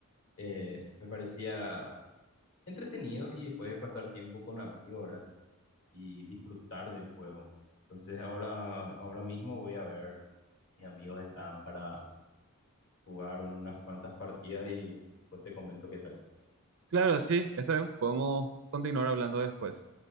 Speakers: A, on the left; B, on the right.
A: eh, me parecía entretenido y después de pasar tiempo con amigos, ¿verdad? Y disfrutar del juego. Entonces, ahora, ahora mismo voy a ver, mis amigos están para jugar un- unas cuantas partidas y después te comento qué tal.
B: Claro, sí, está bien, podemos continuar hablando después.